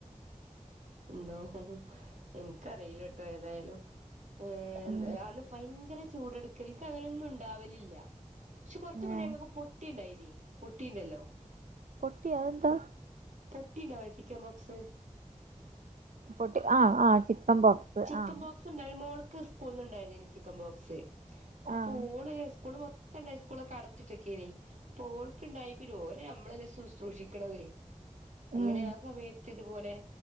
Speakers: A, on the right; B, on the right.
A: ഉണ്ടോ എനിക്കറിയിലട്ടോ ഏതായാലും ഏഹ്
B: ഉം
A: അന്ന് ഭയങ്കര ചൂടെടുക്കല് എനിക്ക് അങ്ങനെ ഒന്നും ഉണ്ടാവലില്ല. പക്ഷേ കൊറച്ച് മുന്നേ
B: ഏഹ്
A: ഞങ്ങൾക്ക് പൊട്ടിണ്ടായിനി പൊട്ടിണ്ടല്ലോ.
B: പൊട്ടി അതെന്താ?
A: പൊട്ടിണ്ടോ ചിക്കൻ ബോക്സ്
B: പൊട്ടി ആഹ് ആഹ് ചിക്കൻ ബോക്സ്.
A: ചിക്കൻ
B: ആഹ്
A: ബോക്സ് ഉണ്ടായ മോൾക്ക് സ്കൂളിന്ന്ണ്ടായതെനി ചിക്കൻ ബോക്സ് അപ്പോ
B: ആഹ്
A: ഓള് സ്കൂള് മൊത്തണ്ടായി സ്കൂളൊക്കെ അടച്ചിട്ടക്കേനി അപ്പോ ഓൾക്കിണ്ടായി പിന്നെ ഓര് നമ്മളെ ശുശ്രു ശ്രൂഷിക്കണത് അങ്ങനെ
B: ഉം
A: ആ സമയത്ത് ഇതുപോലെ